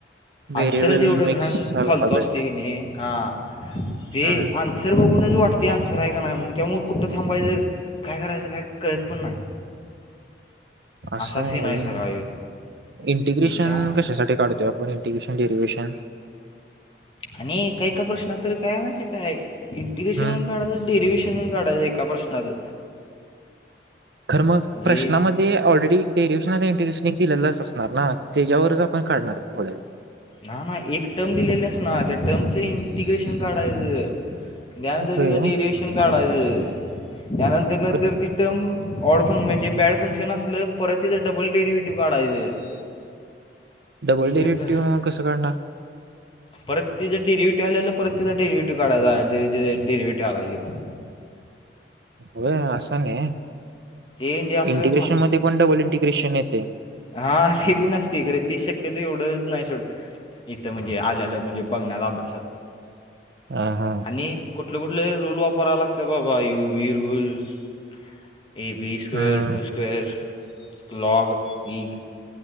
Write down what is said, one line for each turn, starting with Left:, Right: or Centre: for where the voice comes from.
Right: व्हेरिएबल
Left: आन्सरच एवढं
Right: मिक्स
Left: घाण
Right: अल्फाबेट
Left: फलतू असतोय की नाही हा ते
Right: हा
Left: आन्सर बघूनच वाटते आन्सर आहे का नाही म्हणून त्यामुळं कुठं थांबायचं काय करायचं काय कळत पण नाही.
Right: असं
Left: असा
Right: आहे
Left: सीन
Right: होय
Left: सगळा
Right: इंटिग्रेशन
Left: हे त्या
Right: कशासाठी काढतो आपण इंटिग्रेशन डेरीविशन
Left: आणि एका एका प्रश्नात तर काय माहिती आहे काय इंटिग्रेशन
Right: हम्म
Left: म्हण काढायचं डेरीविशन म्हणून काढायचं एका प्रश्नाचं
Right: खर मग
Left: म्हणजे
Right: प्रश्नामध्ये ते ऑलरेडी डेरिविशन इंटिग्रेशन एक दिलेलंच असणार ना त्याच्यावरच आपण काढणार. पुढे
Left: नाही नाही एक टर्म दिलेले असनार त्या टर्मच इंटिग्रेशन काढायचं जाउंदे
Right: होय
Left: तिथं डेरिविशन काढायचं त्यानंतर न
Right: का
Left: तर ती टर्म ऑड फं म्हणजे बॅड फंक्शन असत लगेच परत तिथं डबल डेरिव्हेटिव्ह काढायचं
Right: डबल डेरिव्हेटिव्ह
Left: ते ब
Right: कसं काढणार.
Left: परत तिथे डेरिव्हेटीव्ह आलेला परत तिथं डेरिव्हेटीव्ह काढायच तिथं जो डेरिव्हेटिव्ह आलाय तिथं
Right: हो असं नाही
Left: ते म्हणजे असं
Right: इंटिग्रेशन मध्ये पण डबल इंटिग्रेशन येतय
Left: हा ती बी नसतय खरं तीच शक्यतो एवढंच नाही सोड इथं म्हणजे आल्यालं म्हणजे बघण्याला अभ्यासात
Right: हा हा
Left: आणि कुठले कुठले रूल वापरायला लागतय बाबा U V rule will A B square
Right: हम्म
Left: टू स्क्वेअर क्लॉग विग